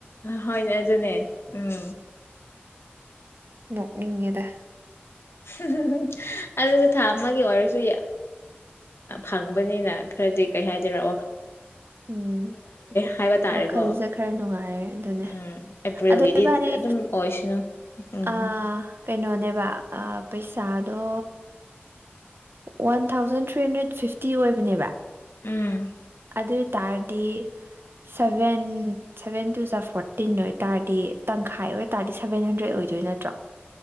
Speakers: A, on the left; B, on the right.
A: ꯍꯅꯦ ꯑꯗꯨꯅꯦ ꯎꯝ
B: ꯅꯣꯛꯅꯤꯡꯉꯦꯗ
A: <unintelligible> ꯑꯗꯁꯨ ꯊ ꯑꯃꯒꯤ ꯑꯣꯏꯔꯁꯨ ꯐꯪꯕꯅꯤꯅ ꯈꯔꯗꯤ ꯀꯩ ꯍꯥꯏꯗꯣꯏꯔ
B: ꯎꯝ
A: ꯍꯥꯏꯕ ꯇꯥꯔꯦꯀꯣ
B: ꯋꯥꯈꯜꯁꯦ ꯈꯔ ꯅꯨꯡꯉꯥꯏꯔꯦ ꯑꯗꯨꯅꯦ
A: ꯎꯝ ꯑꯦꯄ꯭ꯔꯤꯜꯒꯤꯗꯤ
B: ꯑꯗꯨ ꯏꯕꯥꯅꯤ
A: ꯑꯗꯨꯝ ꯑꯣꯏꯁꯅꯨ ꯎꯝ
B: ꯑ ꯀꯩꯅꯣꯅꯦꯕ ꯄꯩꯁꯥꯗꯣ one thousand three hundred fifty ꯑꯣꯏꯕꯅꯦꯕ
A: ꯎꯝ
B: ꯑꯗꯨ ꯑꯣꯏ ꯇꯔꯗꯤ ꯁꯚꯦꯟ ꯁꯚꯦꯟ ꯇꯨꯖ ꯐꯣꯔꯇꯤꯟ ꯑꯣꯏꯇꯥꯔꯗꯤ ꯇꯪꯈꯥꯏ ꯑꯣꯏꯇꯥꯥꯔꯗꯤ ꯁꯚꯦꯟ ꯍꯟꯗ꯭ꯔꯦꯗ ꯑꯣꯏꯗꯣꯏ ꯅꯠꯇ꯭ꯔꯣ